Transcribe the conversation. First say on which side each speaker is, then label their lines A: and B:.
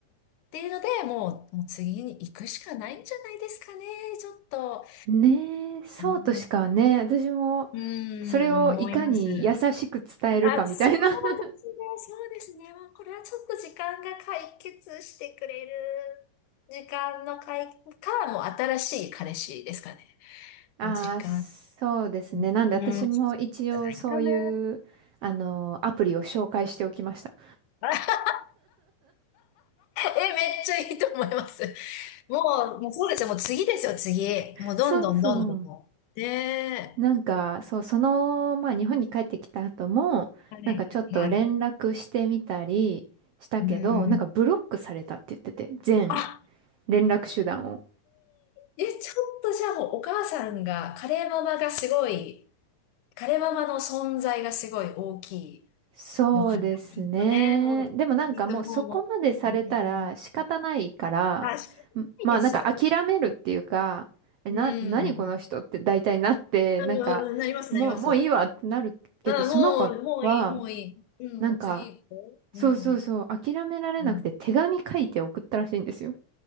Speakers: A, on the left; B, on the right.
A: っていうので、もう、もう次に行くしかないんじゃないですかね。ちょっと、
B: うん。ねえ、そうとしかね、
A: うん、
B: 私も、
A: うん思います。
B: それをいかに優しく伝えるかみたいな
A: あ、そうですね、
B: <laughs>
A: そうですね。もうこれはちょっと時間が解決してくれる。時間の解、か、もう新しい彼氏ですかね。
B: ああ、
A: もう時間、
B: そうですね。
A: うん、
B: なんで私も一応そういう、
A: じゃないかな。
B: あの、アプリを紹介しておきました。
A: <laughs> あえ、めっちゃいいと思います。もう、もうそうですよ。もう次ですよ、次。もうどんどんどんどん。
B: そうそう。
A: ね
B: なんか、そう、その、まあ日本に帰ってきた後も、
A: え。はい。
B: なんかちょっと連絡してみたりしたけど、
A: はい。うん。
B: なんかブロックされたって言ってて、全
A: あ、
B: 連絡手段を。
A: え、ちょっとじゃあもうお母さんが、カレーママがすごい、カレーママの存在がすごい大きい
B: そうですね。
A: のかな。きっとね、もう、
B: でもなんかもうそこまでされたら仕方ないから、
A: きっともううん。あ、仕方ないですよ。
B: んまあなんか諦めるっていうか、え、
A: うん。
B: な、何この人って大体なって、
A: うん、
B: なんか、
A: なります、
B: もう、
A: なります。
B: もういいわってなるけど、
A: あ、
B: その子は、
A: もう、もういい、もういい。うん、
B: なんか、
A: もう次行こう。
B: そうそうそう、
A: うん。
B: 諦められなくて手紙書いて送ったらしいんですよ。
A: うん。